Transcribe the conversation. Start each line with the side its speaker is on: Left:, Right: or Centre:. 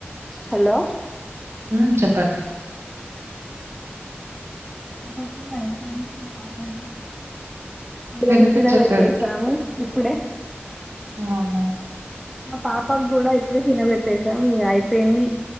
Centre: హలో
Right: హ్మ్. చెప్పండి.
Centre: ఇంతకు ముందు అయిపొయింది మా పాపకు కూడా వేడిది
Right: వినిపిచ్చట్లేదు.
Centre: తినబట్టేసాము ఇప్పుడే
Right: అవునా
Centre: మా పాపకి కూడా ఇప్పుడే తినబెట్టసాము ఇగ అయిపోయింది